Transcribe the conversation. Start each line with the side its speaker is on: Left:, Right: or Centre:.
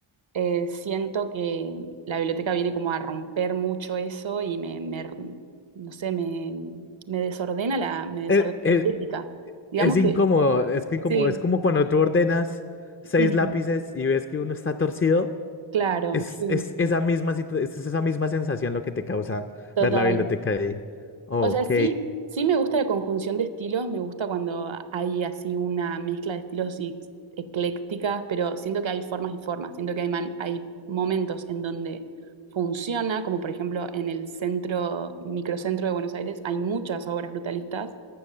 Right: Eh, siento que la biblioteca viene como a romper mucho eso y me, me- no sé, me, me desordena la, me desordena
Left: Eh, eh,
Right: la estética. Digamos
Left: es
Right: que
Left: incómodo, es que incómodo,
Right: sí,
Left: es como cuando tú ordenas seis
Right: ujú,
Left: lápices y ves que uno está torcido.
Right: claro,
Left: Es,
Right: sí,
Left: es esa misma situ- es esa misma sensación lo que te causa
Right: total.
Left: ver la biblioteca ahí. Ok,
Right: O sea, sí, sí me gusta la conjunción de estilos, me gusta cuando hay así una mezcla de estilos y- eclécticas, pero siento que hay formas y formas, siento que hay, man- hay momentos en donde funciona, como por ejemplo en el centro, microcentro de Buenos Aires, hay muchas obras brutalistas,